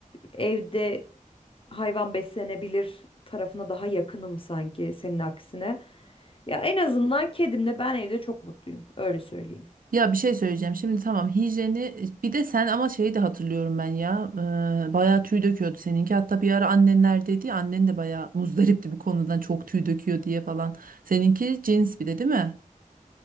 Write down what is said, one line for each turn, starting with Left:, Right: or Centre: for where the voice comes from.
Left: evde hayvan beslenebilir tarafına daha yakınım sanki senin aksine. Ya en azından kedimle ben evde çok mutluyum, öyle söyleyeyim.
Right: Ya bir şey söyleyeceğim. Şimdi tamam hijyeni bir de sen ama şeyi de hatırlıyorum ben ya. Ee, bayağı tüy döküyordu seninki. Hatta bir ara annenler dedi. ya, Annen de bayağı muzdaripti bu konudan çok tüy döküyor diye falan. Seninki cins bir de değil mi?